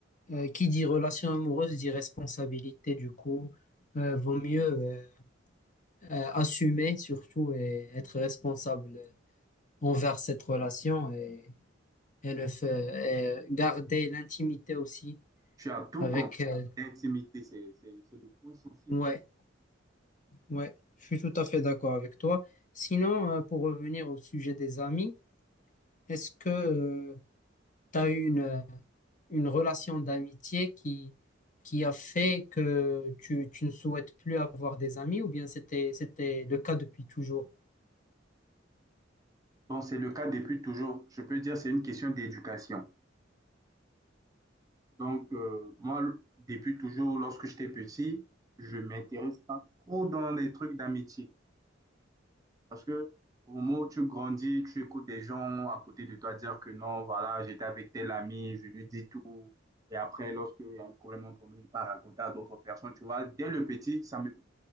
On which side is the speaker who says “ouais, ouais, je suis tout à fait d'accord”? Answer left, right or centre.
Left